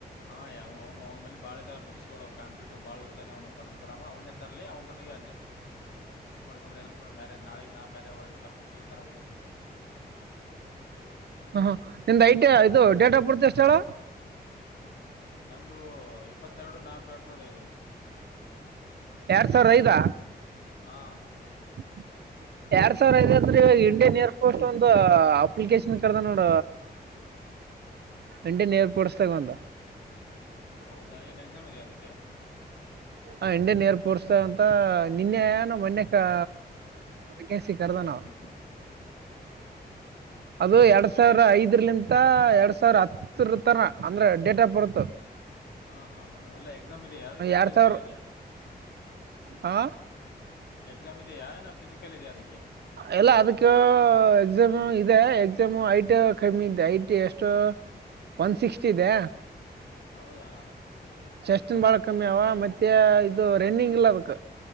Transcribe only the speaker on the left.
ಹಾ ಯವು ಅವ್ನು ಅವನ ಬಲಿ ಬಾಳದ ಬುಕ್ಸ್ಗಳು ಕಂಪಿಟೇಟಿವ್ ಬಾಳ ಓದ್ತಾನೆ ಅವನು ಪರಶುರಾಮ ಅವನೇ ತರಲಿ ಅವ್ರ ಅಡ್ಜ ಮಿಸ್ ಮಾಡ್ಕೊಂಡ್ರೆ ಬೇರೇ ನಾಳಿ ನಾ ಬ್ಯಾರೆ ಸಬ್ಜಕ್ಟ್ ಈತರ ಓದ್ಕೊಂಡ್ರೆ
ನಂದು ಇಪ್ಪತ್ತೆರಡು ನಾಕು ಎರಡು ಸಾವಿರ ಐದು.
ಹಾ
ಹೌದಾ ಏನ್ ಎಕ್ಸಾಮ್ ಇದೇ ಅದಕ್ಕೆ.
<inaudible>
ಎಕ್ಸಾ
ಹಾ ಹಾ ಹಾ ಎಲ್ಲ ಎಕ್ಸಾಮ್ ಇದೆಯಾ ಅದಕ್ಕ ಏನ
ಫಿಸಿಕಲ್
ಇದೆಯಾ.
ಎಕ್ಸಾಮ್ ಇದೆಯಾ ಏನ ಫಿಸಿಕಲ್ ಇದೆಯಾ ಅದಕ್ಕೆ.
ಹೌದಾ